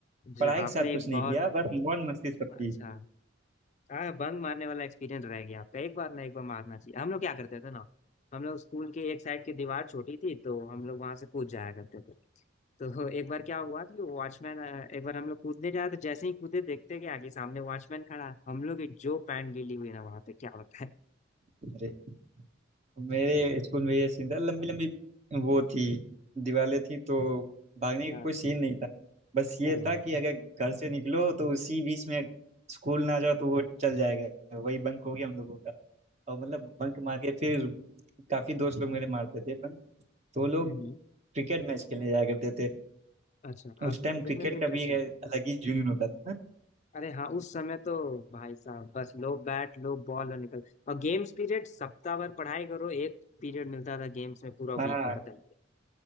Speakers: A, on the right; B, on the left.
A: पढ़ाई
B: जी
A: के
B: आपने
A: साथ कुछ नहीं
B: बहुत
A: किया बस मौज मस्ती सबकी
B: अच्छा हाँ बंक मारने वाला एक्सपीरियंस रह गया आपका एक बार ना एक बार मारना चाहिए हम लोग क्या करते थे ना हम लोग स्कूल के एक साइड की दीवार छोटी थी तो हम लोग वहां से कूद जाया करते थे तो एक बार क्या हुआ कि वॉचमैन एक बार हम लोग कूदने जाए तो जैसे ही कूदे देखते कि आगे सामने वॉचमैन खड़ा है। हम लोग की जो पैंट गीली हुई ना वहां पे क्या होता है
A: अच्छा मेरे स्कूल में ये सीन था लंबी लंबी वो थी दीवारें थी तो भागने
B: हाँ
A: का कोई सीन नहीं था बस ये
B: अरे
A: था कि अगर घर से निकलो तो उसी बीच में स्कूल ना जाओ तो वो चल जाएगा वही बंक हो गया हम लोगों का और मतलब बंक मार के फिर काफी दोस्त लोग मेरे मारते थे बंक तो वो लोग
B: हम्म,
A: क्रिकेट मैच खेलने जाया करते थे
B: अच्छा
A: उस
B: आपको
A: टाइम
B: क्रिकेट
A: क्रिकेट
B: में भी
A: का
B: इंटरेस्ट
A: भी
B: है
A: अलग ही जुनून होता था
B: अरे हाँ उस समय तो भाई साहब बस लो बैट लो बॉल और निकल और गेम्स पीरियड सप्ताह भर पढ़ाई करो एक पीरियड मिलता था गेम्स में पूरा
A: हाँ
B: वीक में बताइए